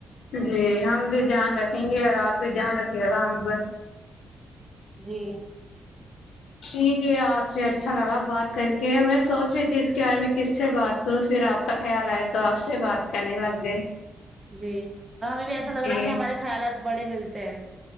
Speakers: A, on the left (about 85°); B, on the right (about 15°).
A: جی ہم بھی دھیان رکھیں گے اور آپ بھی دھیان رکھے گا ہم پر
B: جی
A: ٹھیک ہے آپ سے اچھا لگا بات کر کے میں سوچ رہی تھی اس کے بارے میں کس سے بات کروں پھر آپ کا خیال آئے تو آپ سے بات کرنے لگ گئے
B: جی ہمیں بھی ایسا
A: جی
B: لگ رہا ہے کہ ہمارے خیالات بڑے ملتے ہیں